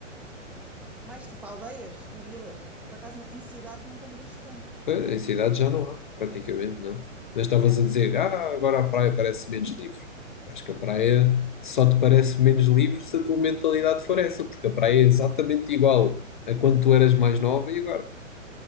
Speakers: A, in the centre; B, on the left.
A: mais tipo aldeias e vilas. Por acaso em cidades não tenho visto tanto.
B: Pois, Em cidade já não há, praticamente não. Mas estavas
A: Yeah.
B: a dizer, ah, agora a praia parece menos livre. Acho que a praia só te parece menos livre se a tua mentalidade for essa, porque a praia é exatamente igual a quando tu eras mais nova e agora.